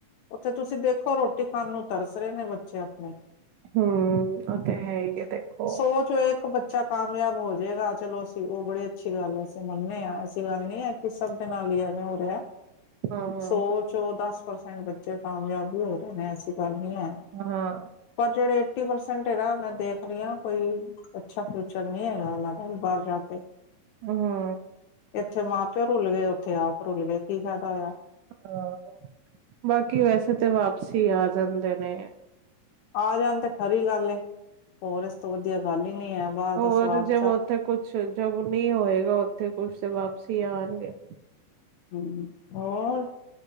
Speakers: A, on the left (about 80°); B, on the right (about 90°).
A: ਉੱਥੇ ਤੁਸੀਂ ਦੇਖੋ ਰੋਟੀ ਖਾਣ ਨੂੰ ਤਰਸ ਰਹੇ ਨੇ ਬੱਚੇ ਆਪਣੇ।
B: ਹੂੰ, ਉਹ ਤੇ ਹੈ ਹੀ ਆ ਦੇਖੋ।
A: ਸੋਚ ਹੋਏ ਇੱਕ ਬੱਚਾ ਕਾਮਯਾਬ ਹੋਜਏਗਾ। ਚਲੋ ਅਸੀਂ ਉਹ ਬੜੀ ਅੱਛੀ ਗੱਲ ਹੈ। ਅਸੀਂ ਮੰਨੇ ਹਾਂ ਅਸੀਂ ਗੱਲ ਨੀ ਹੈ ਕਿ ਸਭ ਦੇ ਨਾਲ ਹੀ ਐਵੇਂ ਹੋ ਰਿਹਾ।
B: ਹਾਂ।
A: ਸੌਚ ਓ ਦਸ ਪਰਸੈਂਟ ਬੱਚੇ ਕਾਮਯਾਬ ਵੀ ਹੋ ਰਹੇ ਨੇ ਐਸੀ ਗੱਲ ਨੀ ਹੈ।
B: ਹਾਂ,
A: ਪਰ ਜਿਹੜੇ ਏਟੀ ਪਰਸੈਂਟ ਇਹਦਾ ਮੈਂ ਦੇਖ ਨੀ ਆ ਕੋਈ ਅੱਛਾ ਫਿਊਚਰ ਨਹੀਂ ਹੈਗਾ ਓਨਾ ਦਾ ਵੀ ਬਾਹਰ ਜਾਕੇ
B: ਹੂੰ, ਹਾਂ।
A: ਇੱਥੇ ਮਾਂ ਪਿਓ ਰੁਲ ਗਏ ਉੱਥੇ ਆਪ ਰੁਲ ਗਏ ਕੀ ਫਾਇਦਾ ਹੋਇਆ
B: ਹ ਬਾਕੀ ਵੈਸੇ ਤਾਂ ਵਾਪਸੀ ਆ ਜਾਂਦੇ ਨੇ
A: ਆ ਜਾਣ ਤੇ ਖਰੀ ਗੱਲ ਏ ਹੋਰ ਇਸ ਤੋਂ ਵਧੀਆ ਗੱਲ ਹੀ ਨੀ ਹੈ ਬਾਹਰ
B: ਹੋਰ
A: ਦਾ ਸਵਾਦ
B: ਜਬ
A: ਚੱਕ
B: ਉੱਥੇ ਕੁਛ ਜਬ ਨਹੀਂ ਹੋਏਗਾ ਉੱਥੇ ਕੁਛ ਤੇ ਵਾਪ ਸੀ ਆਉਣਗੇ
A: ਹਮ ਹੋਰ